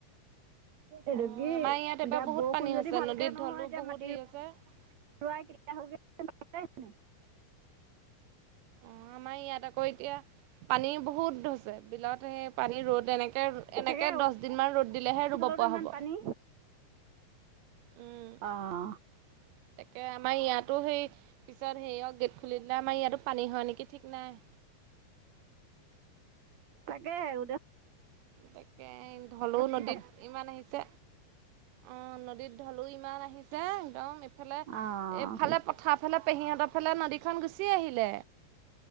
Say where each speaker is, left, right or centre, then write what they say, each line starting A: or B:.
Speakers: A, on the right; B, on the right.
A: এইটো
B: অঁ
A: কি,
B: আমাৰ ইয়াত
A: এতিয়া
B: এবাৰ বহুত
A: বৰষুণ
B: পানী হৈছে
A: যদি ভালকে
B: নদীত
A: নহয়
B: ঢলো
A: এতিয়া মাটিৰ
B: <unintelligible>
A: <unintelligible>
B: অ' আমাৰ ইয়াত আকৌ এতিয়া পানী বহুত হৈছে, বিলত সেই পানী ৰ'দ এনেকে, এনেকে
A: তাকে
B: দহ দিন মান ৰ'দ দিলেহে
A: অৰুণাচলতো
B: ৰুব পৰা
A: ইমান
B: হ'ব।
A: পানী।
B: তাকে,
A: অ',
B: আমাৰ ইয়াতো সেই, পিছত হেৰিয় গেট খুলি দিলে আমাৰ ইয়াতো পানী নেকি ঠিক নাই।
A: তাকেহে আৰু দে
B: তাকে, হলেও নদীত
A: সিফালে
B: ইমান আহিছে, অ', নদীত ঢলো ইমান আহিছে একদম ইফালে,
A: অ'।
B: এইফালে পথাৰ ফালে পেহীহঁতৰ ফালে নদীখন গুচি আহিলে।